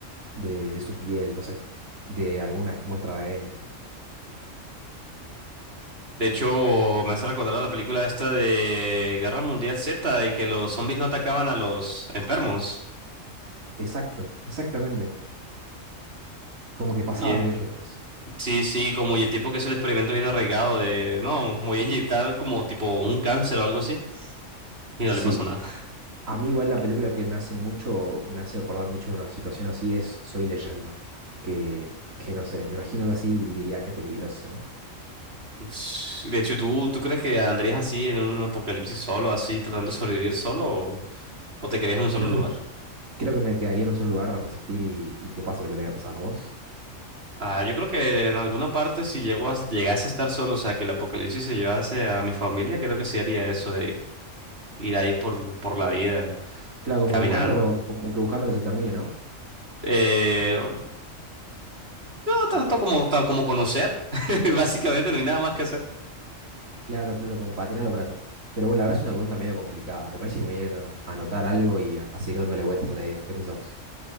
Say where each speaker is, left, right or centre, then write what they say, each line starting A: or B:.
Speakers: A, on the right; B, on the right.
A: de, de su piel, no sé, de alguna muestra de ADN.
B: De hecho, me hace recordar a la película esta de Guerra Mundial Z y que los zombies no atacaban a los enfermos.
A: Exacto, exactamente. como que
B: Bien,
A: pasaban de ellos nomás.
B: sí, sí, como y el tipo que hizo el experimento bien arraigado de, no, me voy a inyectar como tipo un cáncer o algo así y no
A: Sí,
B: le pasó nada.
A: a mí igual la película que me hace mucho, me hace acordar mucho de una situación así es Soy Leyenda, que, que no sé, me imagino así y diría qué peligroso, ¿no?
B: Ush, De hecho, ¿tú, tú crees que andarías así en un apocalipsis solo, así tratando de sobrevivir solo o, o te quedarías en un solo
A: Creo
B: lugar?
A: que, creo que me quedaría en un solo lugar a resistir y, y que pase lo que tenga que pasar vos.
B: Ah, yo creo que en alguna parte si llego a, llegase a estar solo, o sea, que el apocalipsis se llevase a mi familia, creo que sí haría eso de ir ahí por, por la vida,
A: Claro, como
B: caminando.
A: buscando, como que buscando que se termine, ¿no?
B: Eh, no tanto
A: O como,
B: como, ta- como conocer, <laughs> básicamente no hay nada más que hacer.
A: claro, claro, como para tener algo para hacer. Pero bueno, la verdad es una pregunta medio complicada. Me parece que me voy a ir a a anotar algo y a, a seguir dándole vueltas a la idea. ¿Qué pensás vos?